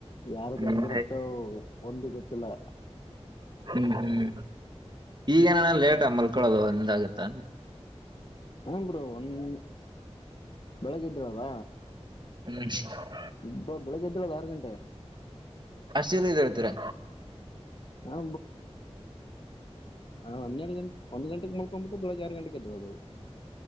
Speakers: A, on the left (about 50°); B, on the right (about 45°).
A: ಯಾರ್ದು
B: ಹ್ಮ್
A: ಹೆಂಗಿರುತ್ತೋ ಒಂದು ಗೊತ್ತಿಲ್ಲ
B: ಹ್ಮ್ ಹ್ಮ್ ಈಗೇನಾನ ಲೇಟ ಮಲ್ಕೊಳೋದು ನಿಂದಾಗತ್ತ
A: ಹ್ಮ್ ಬ್ರೋ ಒಂದ್ <inaudible> ಬೆಳಗ್ ಎದ್ದಿರೋದ
B: <unintelligible>
A: ಇಬ್ಬ ಬೆಳಿಗ್ಗೆದರು ಅದು ಆರು ಗಂಟೆ
B: ಅಷ್ಟು ಜಲ್ದಿ ಎದ್ದೇಳ್ತಿರಾ
A: <unintelligible> ಹಾ ಹನ್ನೆರಡು ಗಂಟೆ ಒಂದು ಗಂಟೆಗೆ ಮಳ್ಕೊಬಿಟ್ಟು ಬೆಳಗ್ಗೆ ಆರು ಗಂಟೆಗೆದ್ದಳ <unintelligible>